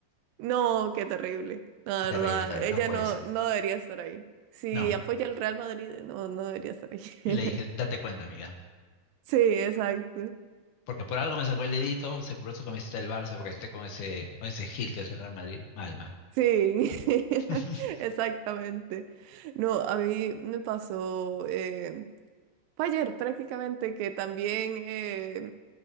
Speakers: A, on the right; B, on the left.
A: No, qué terrible. La verdad.
B: Terrible, terrible,
A: Ella
B: no puede
A: no,
B: ser.
A: no debería estar ahí. Si
B: No.
A: apoya al Real Madrid, no, no debería estar ahí. <laughs>
B: Y le dije, date cuenta, amiga.
A: Sí, exacto.
B: Porque por algo me sacó el dedito, se compró su camiseta del Barça porque esté con ese, con ese Gil que es el Real Madrid. Mal, mal.
A: Sí, <laughs>
B: <laughs>
A: exactamente. No, a mí me pasó, eh, fue ayer prácticamente que también, eh,